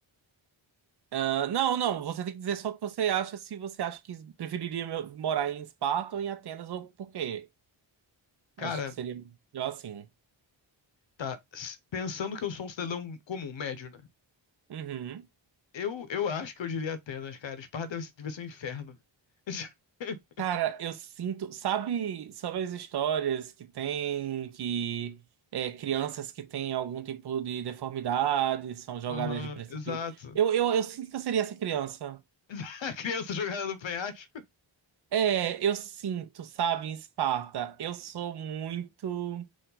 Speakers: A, on the right (about 55°); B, on the left (about 70°).
A: Ah, não, não, você tem que dizer só o que você acha, se você acha que preferiria meu- morar em Esparta ou em Atenas, ou por quê.
B: Cara,
A: Acho que seria melhor assim.
B: tá. s- Pensando que eu sou um cidadão comum, médio, né?
A: Uhum.
B: Eu, eu acho que eu diria Atenas, cara. Esparta deve, ser- devia ser um inferno. <laughs>
A: Cara, eu sinto, sabe, sobre as histórias que tem, que é, crianças que têm algum tipo de deformidade são jogadas
B: Aham,
A: de precipício.
B: exato.
A: Eu, eu, eu sinto que eu seria essa criança.
B: <laughs> A criança jogada no penhasco.
A: É, eu sinto, sabe, em Esparta, eu sou muito.